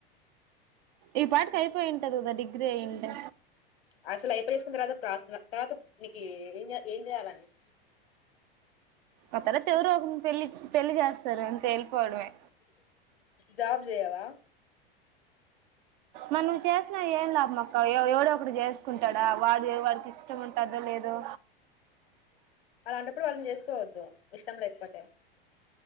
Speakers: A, on the right; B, on the left.
A: ఈ పాటికి అయిపోయి ఉంటది కదా డిగ్రీ అయ్యుంటే
B: అసలు <unintelligible> ఫాస్ట్ గా తర్వాత నీక్ ఏం చేయాల్ ఏం చేయాలన్న
A: అక్కడ అయితే ఎవరు ఒకరు పెళ్లి పెళ్లి చేస్తారు అంతే వెళ్ళిపోవడమే
B: జాబ్ చేయవా
A: మనం చేసినా ఏం లాభం అక్క ఎవ ఎవడో ఒకడు చేసుకుంటాడా వాడి వాడికి ఇష్టం ఉంటాదో లేదో
B: అలాంటప్పుడు వాళ్ళని చేసుకోవద్దు ఇష్టం లేకపోతే